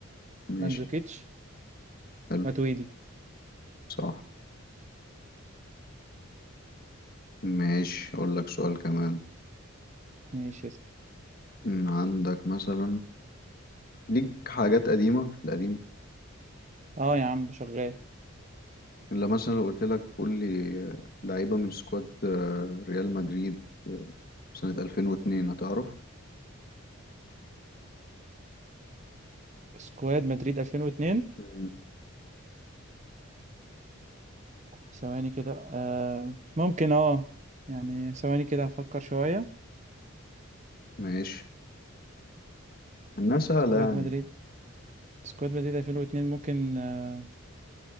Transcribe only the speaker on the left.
ماشي
حلو
صح ماشي اقول لك سؤال كمان
أمم، عندك مثلا ليك حاجات قديمة في القديم
الا مثلا لو قلت لك قول لي آه، لعيبة من سكواد آه، ريال مدريد آه، سنة 2002 هتعرف
أمم،
ماشي انها سهلة
يعني